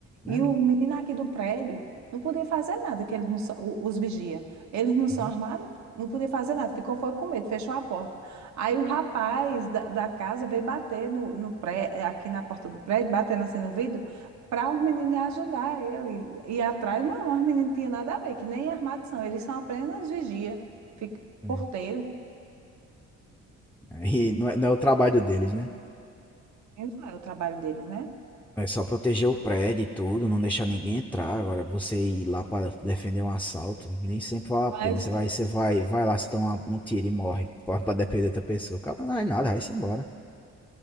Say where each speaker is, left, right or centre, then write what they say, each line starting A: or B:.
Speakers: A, on the right (about 65°); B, in the centre.
A: E
B: É,
A: o menino aqui do prédio não podia fazer nada, que eles não são, o- os vigia. Eles não são
B: uhum.
A: armados, não podia fazer nada. Ficou foi com medo, fechou a porta. Aí o rapaz da, da casa veio bater no, no pré, aqui na porta do prédio, batendo assim no vidro, para os meninos ajudar ele. E atrás, não, os meninos não tinham nada a ver, que nem armados são. Eles são apenas vigia, fica,
B: É,
A: porteiro.
B: aí não é não é o trabalho deles, né?
A: E Não é o trabalho deles, né?
B: É só proteger o prédio e tudo, não deixar ninguém entrar. Agora, você ir lá para defender um assalto, nem sempre vale a
A: Mas
B: pena. Você vai, você vai, vai lá, se toma um tiro e morre <laughs> para defender outra pessoa. Acaba não é nada, vai-se embora.